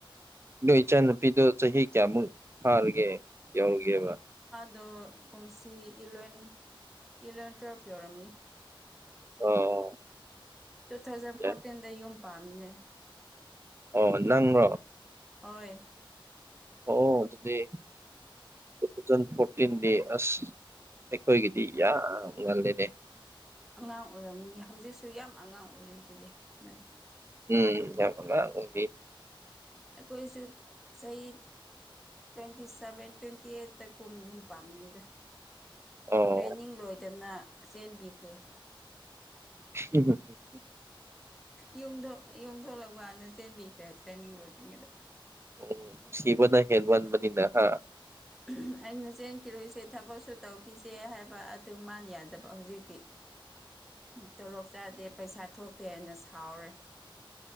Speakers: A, on the right (about 30°); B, in the centre.
A: ꯅꯣꯏ ꯏꯆꯟ ꯅꯨꯨꯄꯤꯗꯣ ꯆꯍꯤ ꯀꯌꯥꯃꯨꯛ ꯐꯥꯔꯒꯦ ꯌꯧꯔꯒꯦꯕ
B: ꯂꯣ ꯀꯨꯝꯁꯤ ꯏꯂꯚꯦꯟ ꯏꯂꯚꯦꯟ ꯇ꯭ꯋꯦꯜꯐ ꯌꯧꯔꯝꯅꯤ
A: ꯑꯣ
B: ꯇꯨ ꯊꯥꯎꯖꯟ ꯐꯣꯔꯇꯤꯟꯗ
A: ꯌꯥꯏ
B: ꯌꯨꯝ ꯄꯥꯟꯕꯅꯦ
A: ꯑꯣ ꯅꯪꯂꯣ
B: ꯍꯣꯏ
A: ꯑꯣ ꯑꯗꯨꯗꯤ
B: <inaudible>
A: ꯇꯨ ꯊꯥꯎꯖꯟ ꯐꯣꯔꯇꯤꯟꯗꯤ ꯑꯁ ꯑꯩꯈꯣꯏꯒꯤꯗꯤ ꯌꯥꯝ ꯉꯜꯂꯤꯅꯦ
B: ꯑꯉꯥꯡ ꯑꯣꯏꯔꯝꯒꯅꯤ ꯍꯧꯖꯤꯛꯁꯨ ꯌꯥꯝ ꯑꯉꯥꯡ ꯑꯣꯏꯔꯤꯗꯨꯗꯤ ꯅꯣꯏ
A: ꯎꯝ ꯌꯥꯝ ꯑꯉꯥꯡ ꯑꯣꯏꯔꯤ
B: ꯑꯩꯈꯣꯏꯁꯨ ꯆꯍꯤ ꯇ꯭ꯋꯦꯟꯇꯤ ꯁꯚꯦꯟ ꯇ꯭ꯋꯦꯟꯇꯤ ꯑꯩꯠꯇ ꯀꯨꯝ ꯌꯨꯝ ꯄꯥꯝꯅꯤꯗ
A: ꯑꯣ
B: ꯇ꯭ꯔꯦꯟꯅꯤꯡ ꯂꯣꯏꯗꯅ ꯆꯦꯟꯕꯤꯈ꯭ꯔꯦ
A: <unintelligible>
B: ꯌꯨꯝꯗꯣ ꯌꯨꯝ ꯊꯣꯂꯛꯄꯀꯥꯟꯗ ꯆꯦꯟꯕꯤꯈ꯭ꯔꯦ ꯇ꯭ꯔꯦꯟꯅꯤꯡ ꯂꯣꯏꯗ꯭ꯔꯤꯉꯩꯗ
A: ꯎꯝ ꯅꯨꯡꯁꯤꯕꯅ ꯍꯦꯟꯃꯟꯕꯅꯤꯅ ꯍꯥ
B: <unintelligible> ꯑꯩꯅ ꯆꯦꯟꯈꯤꯔꯣꯏꯁꯦ ꯊꯕꯛꯁꯨ ꯇꯧꯈꯤꯁꯦ ꯍꯥꯏꯕ ꯑꯗꯨ ꯃꯥꯅ ꯌꯥꯗꯕ ꯍꯧꯖꯤꯛꯇꯤ ꯇꯣꯂꯣꯞ ꯆꯥꯗꯦ ꯄꯩꯁꯥ ꯊꯣꯛꯇꯦ ꯍꯥꯏꯅ ꯁꯥꯎꯔꯦ